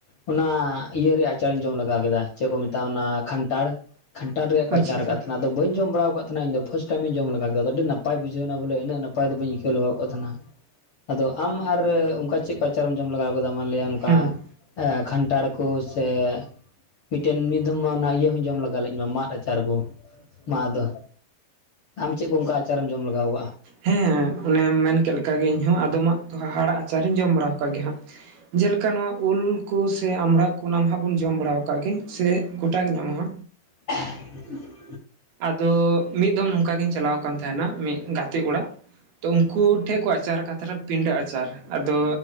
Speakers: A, on the left; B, on the right.
A: ᱚᱱᱟ ᱤᱭᱟᱹ ᱨᱮᱭᱟᱜ ᱟᱪᱟᱨᱤᱧ ᱡᱚᱢ ᱞᱮᱜᱟᱣ ᱠᱮᱫᱟ ᱪᱮᱫ ᱠᱚ ᱢᱮᱛᱟᱜᱼᱟ ᱚᱱᱟ ᱠᱷᱟᱱᱴᱟᱲ ᱠᱷᱟᱱᱴᱷᱟᱲ ᱨᱮᱭᱟᱜ ᱠᱚ
B: ᱟᱪᱪᱷᱟ
A: ᱟᱪᱟᱨ ᱟᱠᱟᱫᱱᱟ ᱟᱫᱚ
B: ᱦᱩᱸ
A: ᱵᱟᱹᱧ ᱡᱚᱢ ᱵᱟᱲᱟ ᱟᱠᱟᱫ ᱛᱟᱦᱮᱱᱟ ᱤᱧᱫᱚ ᱯᱟᱥ ᱴᱟᱭᱤᱢ ᱤᱧ ᱡᱚᱢ ᱞᱮᱜᱟ ᱠᱮᱫᱟ ᱟᱹᱰᱤ ᱱᱟᱯᱟᱭ ᱵᱩᱡᱷᱟᱹᱣᱱᱟ ᱵᱚᱞᱮ ᱤᱱᱟᱹᱜ ᱱᱟᱯᱟᱭ ᱫᱚ ᱵᱟᱭ ᱟᱹᱭᱠᱟᱹᱣ <unintelligible> <unintelligible> ᱟᱢ
B: ᱟᱪᱪᱷᱟ ᱟᱪᱪᱷᱟ
A: ᱟᱨ ᱚᱱᱠᱟ ᱪᱮᱫ ᱠᱚ ᱟᱪᱟᱨᱮᱢ ᱡᱚᱢ ᱞᱮᱜᱟᱣ ᱠᱟᱫᱟ ᱢᱟᱱᱞ ᱱᱚᱝᱠᱟ
B: ᱦᱩᱸ
A: ᱠᱷᱟᱱᱴᱷᱟᱲ ᱠᱚ ᱥᱮ ᱢᱤᱫᱴᱮᱱ ᱢᱤᱫ ᱫᱷᱢ ᱢᱟ ᱚᱱᱟ ᱤᱭᱟᱹ ᱦᱚᱧ ᱡᱚᱢ ᱞᱮᱜᱟ ᱞᱮᱫ ᱢᱟ ᱢᱟᱫ ᱟᱪᱟᱨ ᱠᱚ ᱢᱟᱫᱚ ᱟᱢ ᱪᱮᱫ ᱠᱚ ᱚᱱᱠᱟ ᱟᱪᱟᱨᱮᱢ ᱡᱚᱢ ᱞᱮᱜᱟᱣ ᱠᱟᱜᱼᱟ?
B: ᱦᱮᱸ ᱚᱱᱮᱢ ᱢᱮᱱ ᱠᱮᱫ ᱞᱮᱟᱜᱮ ᱤᱧ ᱦᱚᱸ ᱟᱫᱚᱢᱟᱜ ᱫᱚ ᱦᱟᱦᱟᱲᱟ ᱟᱪᱟᱨᱤᱧ ᱡᱚᱢ ᱵᱟᱲᱟ ᱟᱠᱟᱫ ᱜᱮᱭᱟ ᱦᱟᱸᱜ ᱡᱮᱞᱮᱠᱟ ᱱᱚᱣᱟ ᱩᱞ ᱠᱚ ᱥᱮ ᱟᱢᱲᱟ ᱠᱚ ᱚᱱᱟᱦᱜ ᱵᱚᱱ ᱡᱚᱢ ᱵᱟᱲᱟ ᱠᱟᱜ ᱜᱮ ᱥᱮ ᱜᱳᱴᱟᱜ ᱜᱮ ᱧᱟᱢᱚᱜᱼᱟ᱾
A: <unintelligible>
B: ᱟᱫᱚ ᱢᱤᱫ ᱫᱚᱢ ᱱᱚᱝᱠᱟ ᱜᱤᱧ ᱪᱟᱞᱟᱣ ᱟᱠᱟᱱ ᱛᱟᱦᱮᱱᱟ ᱢᱤᱫ ᱜᱟᱛᱮ ᱚᱲᱟᱜ ᱛᱚ ᱩᱱᱠᱩ ᱴᱷᱮᱡ ᱠᱚ ᱟᱪᱟᱨ ᱠᱟᱛ ᱯᱤᱸᱰᱟᱹ ᱟᱪᱟᱨ ᱟᱫᱚ